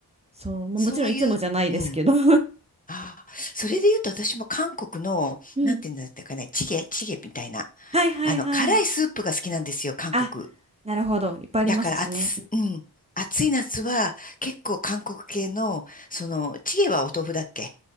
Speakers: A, on the right; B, on the left.
A: そう、まあ、
B: そういう、
A: もちろんいつもじゃないですけど。
B: うん。
A: <laughs> う
B: ああ、それで言うと私も韓国の、
A: ん。
B: なんていうんだったかね、チゲ、チゲみたいな。
A: はいはいはい。
B: あの、辛いスープが好きなんですよ、韓国。
A: あなるほど。いっぱいありますしね。
B: だから暑、うん。暑い夏は結構韓国系の、その、チゲはお豆腐だっけ